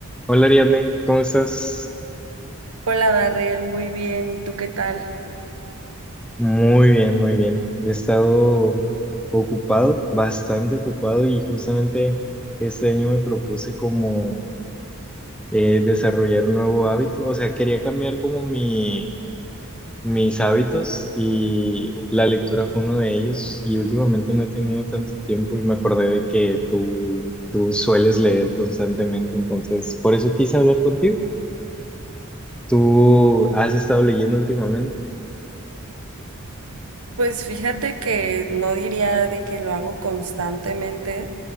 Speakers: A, in the centre; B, on the right (about 75°).
A: Hola Ariadne, ¿cómo estás?
B: Hola Darrell, muy bien. ¿Y tú qué tal?
A: Muy bien, muy bien. He estado ocupado, bastante ocupado y justamente este año me propuse como eh, desarrollar un nuevo hábito. O sea, quería cambiar como mi, mis hábitos y la lectura fue uno de ellos y últimamente no he tenido tanto tiempo y me acordé de que tú, tú sueles leer constantemente, entonces por eso quise hablar contigo. ¿Tú has estado leyendo últimamente?
B: Pues fíjate que no diría de que lo hago constantemente,